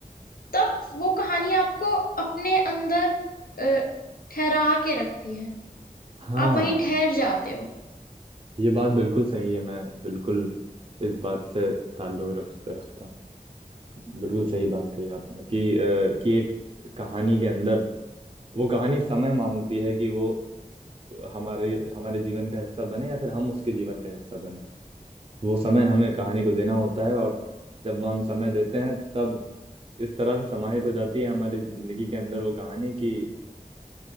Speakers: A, on the left (about 80°); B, on the right (about 40°).
A: तब वो कहानी आपको अपने अंदर अ, ठहरा के रखती है
B: हाँ
A: आप वहीं ठहर जाते हो
B: ये बात बिल्कुल सही है मैं बिल्कुल इस बात से ताल्लुक रख रखता हूँ बिल्कुल सही बात कही आपने कि अ, कि एक कहानी के अंदर वो कहानी समय मांगती है कि वो हमारे हमारे जीवन का हिस्सा बने या फिर हम उसके जीवन का हिस्सा बने वो समय हमें कहानी को देना होता है और जब वो हम समय देते हैं तब इस तरह से समाहित हो जाती है हमारी जिंदगी के अंदर वो कहानी कि